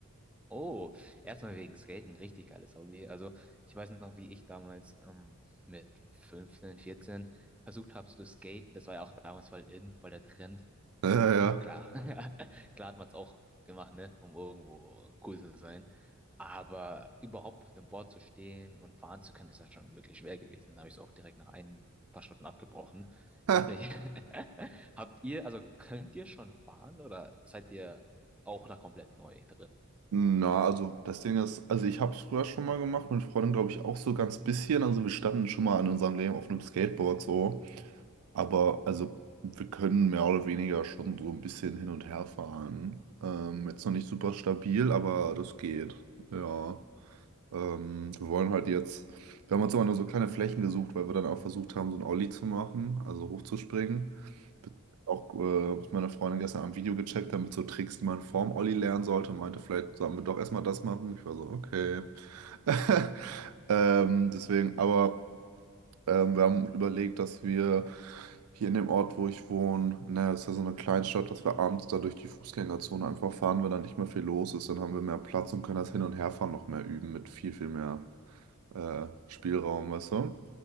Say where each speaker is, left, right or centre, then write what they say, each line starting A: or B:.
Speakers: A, in the centre; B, on the right (about 85°).
A: Oh, erstmal wegen Skaten, richtig geiles Hobby. Also ich weiß noch, wie ich damals ähm, mit 15, 14 versucht habe zu skaten. Das war ja auch damals voll in, voll der Trend.
B: Ja,
A: Klar, <laughs> klar hat man es auch gemacht, ne, um irgendwo cool zu sein. Aber überhaupt auf dem Board zu stehen und fahren zu können, ist ja schon wirklich schwer gewesen. Da habe ich es auch direkt nach ein paar Stunden abgebrochen.
B: ja.
A: Ich weiß nicht,
B: <laughs>
A: <laughs> habt ihr, also könnt ihr schon fahren oder seid ihr auch da komplett neu drin?
B: Na, also das Ding ist, also ich habe es früher schon mal gemacht, mit Freunden glaube ich auch so ganz bisschen. Also wir standen schon mal in unserem Leben auf einem Skateboard so. Aber also wir können mehr oder weniger schon so ein bisschen hin und her fahren. Ähm, jetzt noch nicht super stabil, aber das geht. Ja. Ähm, wir wollen halt jetzt, wir haben uns immer nur so kleine Flächen gesucht, weil wir dann auch versucht haben, so ein Ollie zu machen, also hochzuspringen auch, äh, was meine Freundin gestern am Video gecheckt hat, mit so Tricks, die man vorm Olli lernen sollte, und meinte, vielleicht sollen wir doch erstmal das machen. Ich war so, okay. <laughs> Ähm, deswegen, aber ähm, wir haben überlegt, dass wir hier in dem Ort, wo ich wohne, ne, das ist ja so eine Kleinstadt, dass wir abends da durch die Fußgängerzone einfach fahren, weil da nicht mehr viel los ist. Dann haben wir mehr Platz und können das Hin- und Herfahren noch mehr üben mit viel, viel mehr äh, Spielraum, weißt du?